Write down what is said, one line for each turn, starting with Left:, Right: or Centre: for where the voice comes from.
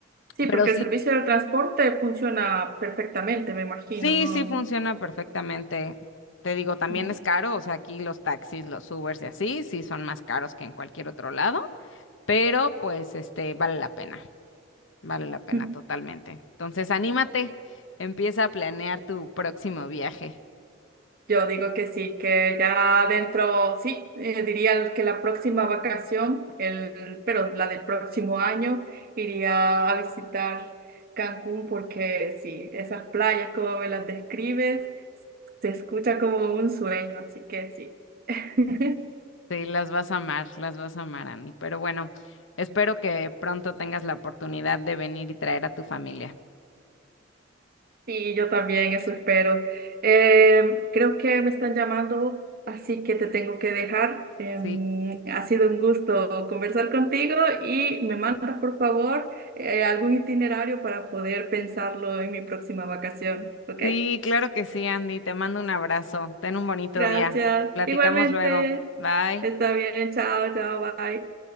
Right: Sí,
Left: Pero
Right: porque
Left: sí,
Right: el servicio del transporte funciona perfectamente, me imagino,
Left: Sí,
Right: ¿no?
Left: sí funciona perfectamente. Te digo, también
Right: <laughs>
Left: es caro, o sea, aquí los taxis, los Ubers y así, sí son más caros que en cualquier otro lado, pero pues este vale la pena, vale la pena
Right: Mm.
Left: totalmente. Entonces, anímate, empieza a planear tu próximo viaje.
Right: Yo digo que sí, que ya dentro, sí, eh, diría que la próxima vacación, el, pero la del próximo año, iría a visitar Cancún porque sí, esas playas como me las describes, se escucha como un sueño, así que sí. <laughs>
Left: Sí, las vas a amar, las vas a amar, Andy. Pero bueno, espero que pronto tengas la oportunidad de venir y traer a tu familia.
Right: Sí, yo también, eso espero. Em, creo que me están llamando, así que te tengo que dejar. Em,
Left: Sí,
Right: ha sido un gusto conversar contigo y me mandas, por favor, eh, algún itinerario para poder pensarlo en mi próxima vacación, ¿ok?
Left: sí, claro que sí, Andy. Te mando un abrazo. Ten un bonito
Right: Gracias.
Left: día. Platicamos
Right: Igualmente,
Left: luego. Bye.
Right: está bien, chao, chao, bye.